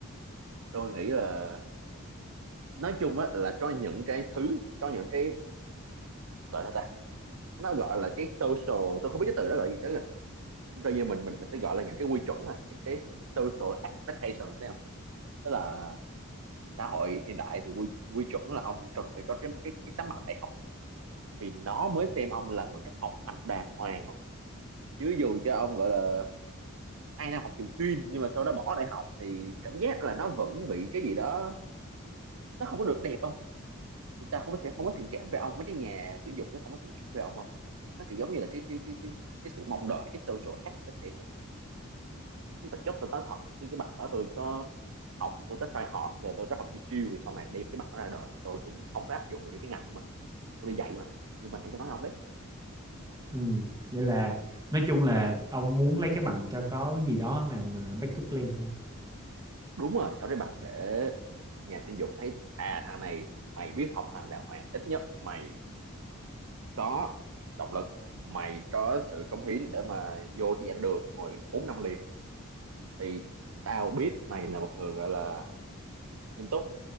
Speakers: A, on the right (about 70°); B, on the right (about 20°).
A: tôi nghĩ là nói chung á là có những cái thứ có những cái gọi là ta nó gọi là cái social tôi không biết cái từ đó gọi gì tới coi như mình mình mình sẽ gọi là những cái quy chuẩn à những cái social expectation thấy không tức là xã hội hiện đại thì quy quy chuẩn là ông cần phải có cái cái, cái tấm bằng đại học thì nó mới xem ông là người cấp học hành đàng hoàng không chứ dù cho ông gọi là hai năm học trường chuyên nhưng mà sau đó bỏ đại học thì cảm giác là nó vẫn bị cái gì đó nó không có được đẹp không người ta không có sẽ không có thiện cảm về ông mấy cái nhà tuyển dụng sẽ không có thiện cảm về ông không nó kiểu giống như là cái cái cái cái cái sự mong đợi cái social expectation chứ thực chất tôi nói thật như cái bằng đó tôi có học tôi có try hard rồi tôi có học chiêu chiêu rồi sau này đem cái bằng đó ra đời thì tôi cũng không có áp dụng được cái ngành của mình tôi đi dạy mà nhưng mà nãy tôi nói ông đấy
B: Ừ. Vậy là nói chung là ông muốn lấy cái bằng cho có gì đó làm ờ, backup plan không?
A: đúng rồi có cái bằng để nhà tuyển dụng thấy à thằng này mày biết học hành đàng hoàng ít nhất mày có động lực mày có sự cống hiến để mà vô chi ảnh được ngồi 4 năm liền thì tao biết mày là một người gọi là nghiêm túc